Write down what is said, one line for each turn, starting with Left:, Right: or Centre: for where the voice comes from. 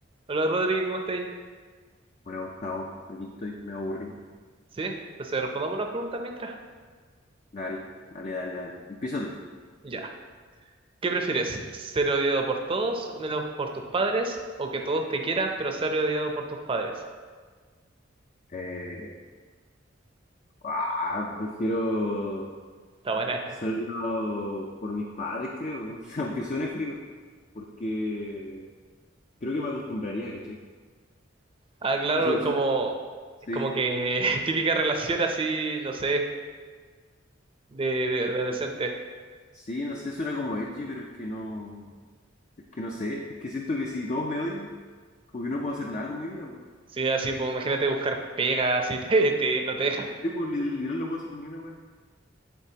Right: Hola Rodri, ¿cómo estáis?
Left: Bueno, Gustavo, aquí estoy, me aburrí.
Right: ¿Sí? Entonces respondamos una pregunta mientras.
Left: Dale, dale, dale, dale. Empieza tú.
Right: Ya. ¿Qué prefieres? ¿Ser odiado por todos, menos por tus padres? ¿O que todos te quieran, pero ser odiado por tus padres?
Left: Eh, ah, prefiero
Right: Está buena esta.
Left: ser criado por mis padres, creo, <laughs> aunque suene frío, porque creo que me acostumbraría, ¿cachai?
Right: Ah, claro,
Left: O sea,
Right: es
Left: sí,
Right: como,
Left: sí,
Right: es como que <laughs> típica relación así, no sé, de, de,
Left: eh,
Right: de adolescente.
Left: sí, no sé, suena como edgy, pero es que no, es que no sé, es que siento que si todos me odian, como que no puedo hacer nada con mi vida, pues.
Right: Sí, así, pues, imagínate buscar pegas así <laughs> te, te- no te dejan.
Left: Sí, pues, literal, literal no puedo hacer ni una, weá.